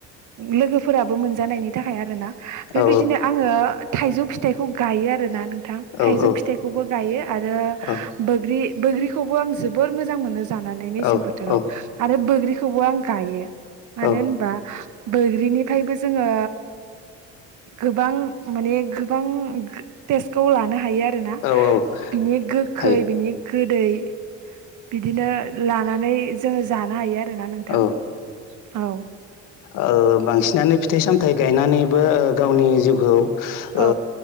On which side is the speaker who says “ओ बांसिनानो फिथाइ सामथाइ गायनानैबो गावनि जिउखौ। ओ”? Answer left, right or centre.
Left